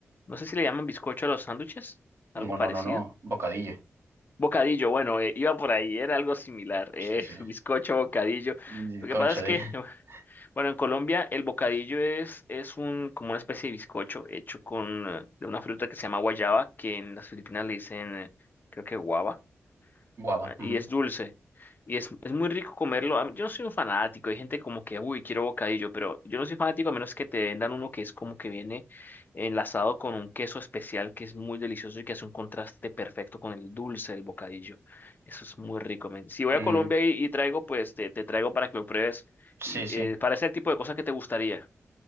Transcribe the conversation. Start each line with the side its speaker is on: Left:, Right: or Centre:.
Left: No sé si le llaman bizcocho a los sándwiches, algo
Right: No,
Left: parecido.
Right: no, no, no. Bocadillo.
Left: Bocadillo, bueno, eh, iba por ahí, era algo similar, eh,
Right: Sí, sí.
Left: <laughs> bizcocho, bocadillo.
Right: Bizcocho
Left: Lo que pasa es
Right: de
Left: que,
Right: <laughs>
Left: <laughs> bueno, en Colombia el bocadillo es, es un, como una especie de bizcocho hecho con, eh, de una fruta que se llama guayaba, que en las Filipinas le dicen, eh, creo que guava
Right: guava.
Left: ah, y
Right: ujú.
Left: es dulce. Y es, es muy rico comerlo. A mí- Yo no soy un fanático. Hay gente como que, uy, quiero bocadillo, pero yo no soy fanático a menos que te vendan uno que es como que viene enlazado con un queso especial que es muy delicioso y que hace un contraste perfecto con el dulce del bocadillo. Eso es muy rico, men. Si voy
Right: Mm,
Left: a Colombia y, y traigo, pues te, te traigo para que lo pruebes.
Right: sí,
Left: Y
Right: sí.
Left: eh, para ese tipo de cosas que te gustaría.